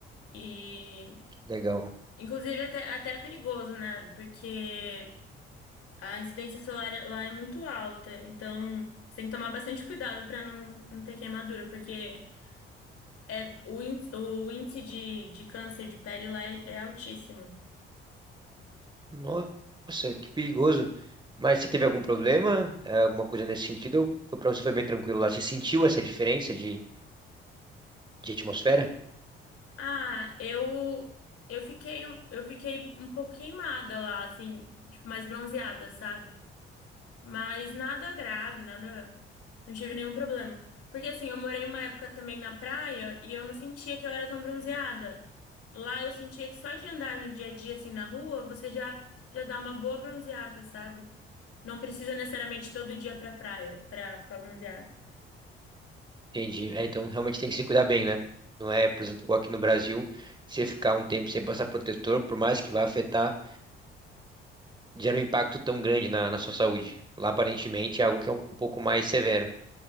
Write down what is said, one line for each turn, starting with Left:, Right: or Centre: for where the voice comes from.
Left: E,
Right: Legal.
Left: inclusive, até, até é perigoso, né? Porque a incidência solar lá é muito alta, então você tem que tomar bastante cuidado para não, não ter queimadura, porque é, o índice, o índice de, de câncer de pele lá é é altíssimo.
Right: Nossa, que perigoso. Mas você teve algum problema? Eh, Alguma coisa nesse sentido? Ou Foi para você foi bem tranquilo lá. Você sentiu essa diferença de, de atmosfera?
Left: Ah, eu eu fiquei um, eu fiquei um pouco queimada lá, assim, tipo, mais bronzeada, sabe? Mas nada grave, nada, não tive nenhum problema. Porque assim, eu morei uma época também na praia e eu não sentia que eu era tão bronzeada. Lá eu sentia que só de andar no dia a dia assim na rua, você já já dá uma boa bronzeada, sabe? Não precisa necessariamente todo dia pra praia pra ficar bronzeada.
Right: Entendi. É, então realmente tem que se cuidar bem, né? Não é, por exemplo, igual aqui no Brasil, você ficar um tempo sem passar protetor, por mais que vá afetar, gera um impacto tão grande na, na sua saúde. Lá aparentemente é algo que é um pouco mais severo.